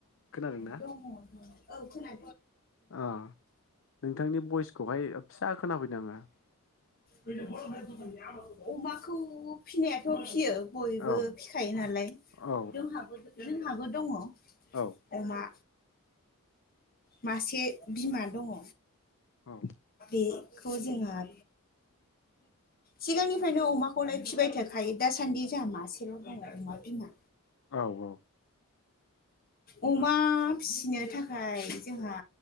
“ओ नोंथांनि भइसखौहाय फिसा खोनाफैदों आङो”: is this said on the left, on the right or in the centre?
Left